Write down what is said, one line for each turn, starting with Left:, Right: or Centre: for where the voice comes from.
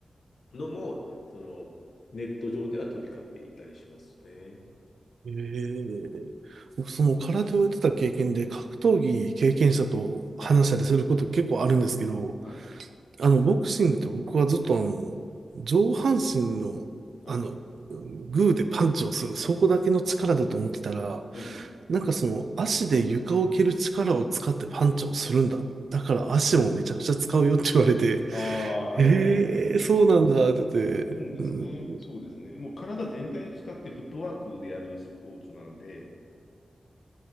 Left: のも、その、ネット上では飛び交っていたりしますね。
Right: ええ僕、その空手をやってた経験で、格闘技経験者と話したりすること結構あるんですけど、
Left: はい、はい、
Right: あの、ボクシングって僕はずっとあの、上半身の、
Left: はい。
Right: あの、グーでパンチをする、そこだけの力だと思ってたら、
Left: ええ、
Right: なんかその、足で床を蹴る力を使ってパンチをするんだ。だから足もめちゃくちゃ使うよって言われて、
Left: うん。ああ、はいはいはいはい。
Right: ええそうなんだって言って、
Left: そう、そうですね。
Right: うん
Left: そうですね。もう体全体を使ってフットワークでやるスポーツなんで、